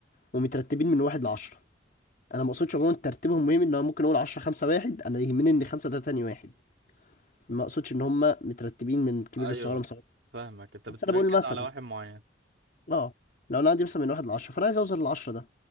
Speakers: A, on the left; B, on the right.
A: ومترتبين من واحد لعشرة انا ما اقصدش عموما ترتيبهم مهم ان انا ممكن اقول عشرة خمسة واحد انا يهمني ان خمسة ده تاني واحد ما اقصدش ان هم مترتبين من كبير
B: أيوه
A: لصغير لصغير
B: فاهمك أنت
A: بس
B: بتركز
A: انا بقول مثلا
B: على واحد معين
A: اه لو انا عندي مثلا من واحد لعشرة فانا عايز اوصل للعشرة ده